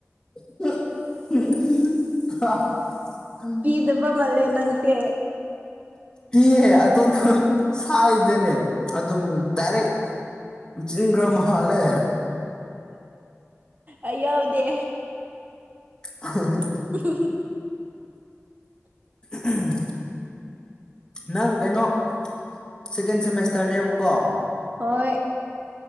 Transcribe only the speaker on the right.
ꯄꯤꯗꯕ ꯃꯥꯜꯂꯦ ꯅꯪꯁꯦ
ꯑꯩ ꯌꯥꯎꯗꯦ꯫
<inaudible>
ꯍꯣꯏ